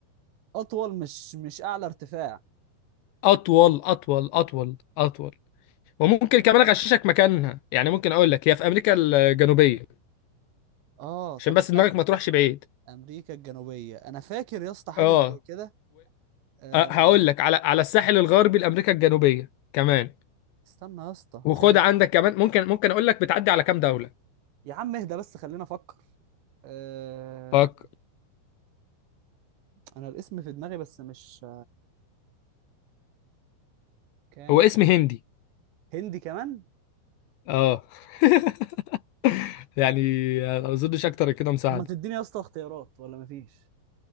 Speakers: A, on the right (about 70°); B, on the left (about 75°).
A: أطول مش مش أعلى ارتفاع
B: اطول اطول اطول اطول وممكن كمان اغششك مكانها يعني ممكن اقول لك هي في امريكا الجنوبيه
A: اه طب
B: عشان بس
A: استنى
B: دماغك ما تروحش بعيد
A: امريكا الجنوبيه انا فاكر يا اسطى حاجه
B: اه
A: زي كده أه...
B: وهقول لك على على الساحل الغربي لامريكا الجنوبيه كمان
A: استنى يا اسطى
B: وخد
A: كانت
B: عندك كمان ممكن ممكن اقول لك بتعدي على كام دوله
A: يا عم اهدى بس خلينا افكر أه...
B: فك
A: انا الاسم في دماغي بس مش كان
B: هو اسم هندي
A: هندي كمان
B: اه <laughs> يعني ما اظنش اكتر كده مساعده
A: طب ما تديني يا اسطى اختيارات ولا مفيش